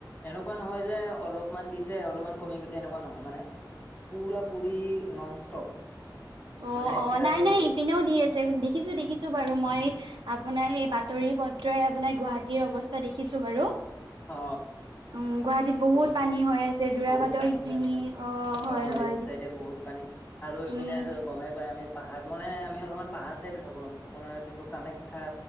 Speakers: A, on the left; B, on the right.
A: এনেকোৱা নহয় যে অলপমান দিছে অলপমান কমি গৈছে এনেকোৱা নহয় মানে পুৰা পু নন ষ্টপ
B: অ
A: মানে একেৰাহে
B: অ নাই নাই
A: দিয়ে
B: ইপিনেও দি আছে দেখিছোঁ দেখিছোঁ বাৰু মই আপোনাৰ সেই বাতৰি পত্ৰই আপোনাৰ গুৱাহাটীৰ অৱস্থা দেখিছো বাৰু
A: অ
B: উম গুৱাহাটীত বহুত
A: গম পাইছে
B: পানী হৈ আছে যোৰাবাটৰ
A: বহুত পানী
B: সিখিনি
A: হৈ আছে
B: অ হয় হয়
A: এইটো চাইডে বহুত পানী আৰু ইপিনে
B: উম,
A: টো গমে পাই আমি পাহাৰ মানে আমি অলপমান পাহাৰ চাইডে থাকো আপোনাৰ যোনটো কামাখ্যা